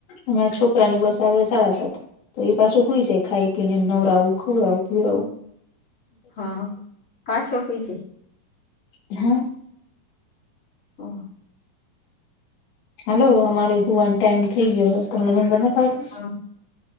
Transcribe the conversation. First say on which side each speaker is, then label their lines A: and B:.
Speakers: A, on the left; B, on the left.
A: અમારા છોકરા ની બસ આવી જાય, સાડા સાતે. ઈ પાછો સુઇ જાય ખાઈ-પીને, નવરાવું ખવડાવું-પીવડાવું.
B: હા, પાછો હુઇ જાય.
A: હ.
B: ઓહ.
A: હલો, અમારે હુવાનો ટાઈમ થઈ ગયો, તમને નિંદર નથી આવતી.
B: હા,